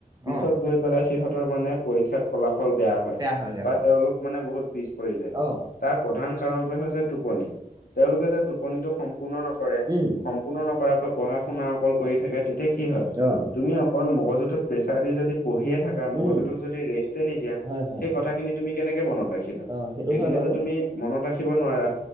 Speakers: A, on the left; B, on the right.
A: পিছত
B: অ',
A: গৈ পেলাই সিহঁতৰ মানে পৰীক্ষাত ফলাফল বেয়া হয়,
B: হয়গে
A: বা
B: হয়,
A: তেওঁলোক মানে বহুত পিছ পৰি যায়।
B: অ',
A: তাৰ প্ৰধান কাৰণটোৱে হৈছে টোপনি। তেওঁলোকে যে টোপনিটো সম্পূৰ্ণ নকৰে,
B: উম,
A: সম্পূৰ্ণ নকৰা কে- পঢ়া শুনা অকল কৰি থাকে তেতিয়া কি হয়
B: অ',
A: তুমি অকল মগজুতত প্ৰেচাৰ দি যদি পঢ়িয়ে থাকা মগজুতুক
B: উম,
A: যদি ৰেষ্টে নিদিয়া-
B: হয় হয়,
A: সেই কথাখিনি তুমি কেনেকে মনত ৰাখিবা
B: অ', সেইটো
A: সেইখিনিতো
B: হয় বাৰু,
A: তুমি মনত ৰাখিব নোৱাৰা।